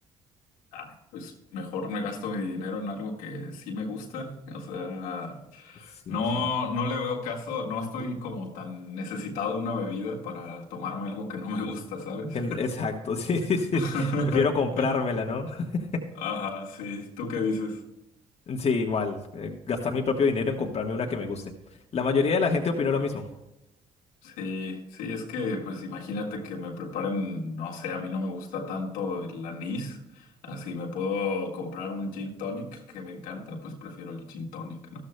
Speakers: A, on the left; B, on the left.
A: Ay, Pues mejor me gasto mi dinero en algo que sí me gusta. O sea,
B: Sí,
A: no,
B: sí.
A: no le veo caso, no estoy como tan necesitado de una bebida para tomarme algo que no me gusta, ¿sabes?
B: En- exacto, <laughs> sí, sí, sí.
A: <laughs>
B: Prefiero comprármela, ¿no? <laughs>
A: Ajá, sí. ¿Tú qué dices?
B: Sí, igual. eh, gastar mi propio dinero en comprarme una que me guste. La mayoría de la gente opinó lo mismo.
A: Sí, sí, es que pues imagínate que me preparen, no sé, a mí no me gusta tanto el anís. Así me puedo comprar un gin tonic que me encanta, pues prefiero el gin tonic,